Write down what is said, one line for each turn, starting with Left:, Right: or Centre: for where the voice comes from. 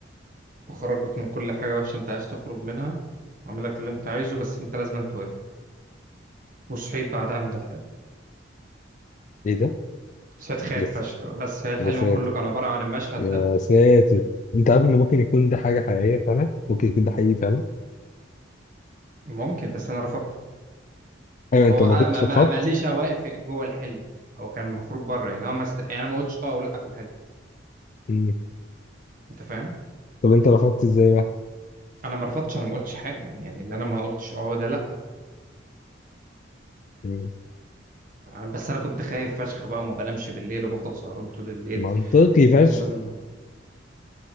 Right: وأخرجك من كل حاجة وحشة أنت عايز تخرج منها وأعمل لك اللي أنت عايزه بس أنت لازم توافق وصحيت بعدها من الحلم
Left: إيه ده
Right: صحيت خايف
Left: يس
Right: فشخ بس هي الحلم
Left: يا ساتر
Right: كله كان عبارة عن المشهد
Left: يا
Right: ده
Left: ساتر أنت عارف إن ممكن يكون ده حاجة حقيقية فعلا ممكن يكون ده حقيقي فعلا
Right: ممكن بس أنا رفضت
Left: أيوة أنت
Right: هو
Left: ما
Right: آه،
Left: كنتش
Right: ما ما
Left: رفضت
Right: ما ليش واقف في- جوه الحلم هو كان المفروض بره يعني هو ما است... يعني انا ما قلتش اه ولا في الحلم
Left: مم.
Right: انت فاهم
Left: طب أنت رفضت إزاي بقى
Right: انا ما رفضتش انا ما قلتش حاجه يعني ان انا ما قلتش اه ده لا
Left: مم.
Right: أنا- بس انا كنت خايف فشخ بقى وما بنامش بالليل وبفضل سهران طول الليل
Left: منطقي فشخ
Right: بنام بنام